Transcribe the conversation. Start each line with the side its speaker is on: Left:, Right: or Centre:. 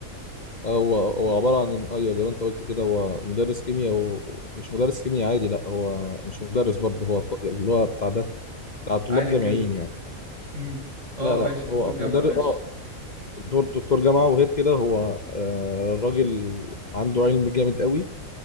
Left: آه، هو هو عباره عن ايوه زي ما انت قلت كده هو مدرس كيمياء ومش مدرس كيمياء عادي لا هو مش مدرس برضه هو ط- اللي هو بتاع ده بتاع طلاب
Right: عالم
Left: جامعيين
Right: كيمياء
Left: يعني
Right: امم اه
Left: لا لا
Right: ماشي دكتور
Left: هو
Right: جامعه
Left: مدرس
Right: ماشي
Left: اه دكتور دكتور جامعة وغير كده هو آه، الراجل عنده علم جامد قوي